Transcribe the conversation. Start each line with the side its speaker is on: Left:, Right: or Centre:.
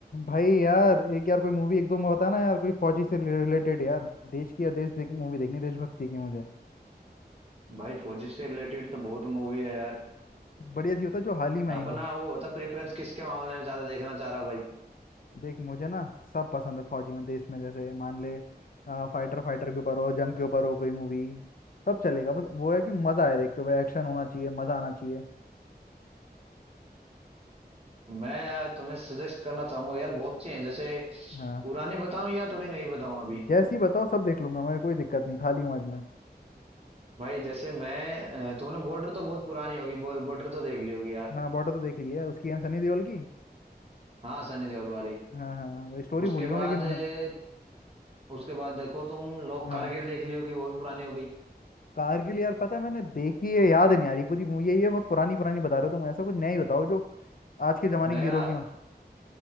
Left: भाई यार एक यार कोई मूवी एक दो में बताना यार कोई फौजी से रिलेटेड यार देश की या देश देख मूवी देखनी देशभक्ति की मुझे
Right: भाई फौजी से रिलेटेड तो बहुत मूवी है यार
Left: कुछ बढ़िया सी होता जो हाल ही में आई
Right: अपना
Left: हो
Right: वो बता प्रेफरेंस किसके मामले में ज्यादा देखना चाह रहा है भाई
Left: देख मुझे ना सब पसंद है फौजी में देश में जैसे मान ले फाइटर फाइटर के ऊपर हो जंग के ऊपर हो कोई मूवी सब चलेगा बस वो है कि मजा आए देखते हुए एक्शन होना चाहिए मजा आना चाहिए
Right: तो मैं यार तुम्हें सजेस्ट करना चाहूंगा यार बहुत सी हैं जैसे
Left: हाँ
Right: पुरानी बताऊं या थोड़ी नहीं बताऊं अभी
Left: जैसी बताओ सब देख लूंगा मेरे कोई दिक्कत नहीं खाली हूँ आज मैं
Right: भाई जैसे मैं अ, तुमने बॉर्डर तो बहुत पुरानी होगी बॉर्डर तो देख ली होगी यार
Left: हाँ बॉर्डर तो देख लिया है उसकी है ना सनी देओल की
Right: हाँ सनी देओल वाली
Left: हाँ हाँ वही स्टोरी
Right: उसके
Left: भूल गया
Right: बाद
Left: हूँ लेकिन मैं
Right: अ, उसके बाद देखो तुम लोग
Left: हाँ
Right: कारगिल देख ली होगी वो भी पुरानी हो गई
Left: कारगिल यार पता है मैंने देखी है याद नहीं आ रही पूरी मूवी है ये बहुत पुरानी पुरानी बता रहे हो तुम ऐसा कुछ नया ही बताओ जो आज के जमाने
Right: नया
Left: की हीरो की हो